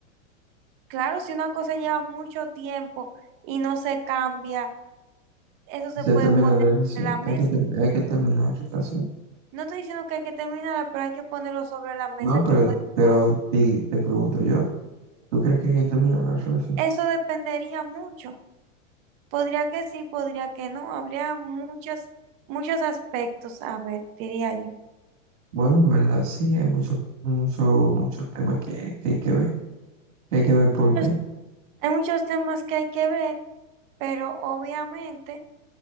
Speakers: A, on the right; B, on the right.
A: Claro, si una cosa lleva mucho tiempo y no se cambia Eso se
B: Se
A: puede
B: termina
A: poner
B: la relación.
A: sobre la mesa.
B: Hay que, ter- hay que terminar la relación.
A: No estoy diciendo que hay que terminarla, pero hay que ponerlo sobre la mesa,
B: No, pero,
A: que podemos-
B: pero di- te pregunto yo, ¿tú crees que hay que terminar la relación?
A: Eso dependería mucho. Podría que sí, podría que no. Habría muchos, muchos aspectos, a ver, diría yo.
B: Bueno, en verdad sí, hay muchos mucho, muchos temas que, que hay que ver, que hay que ver por
A: Pues,
B: qué.
A: Hay muchos temas que hay que ver, pero obviamente...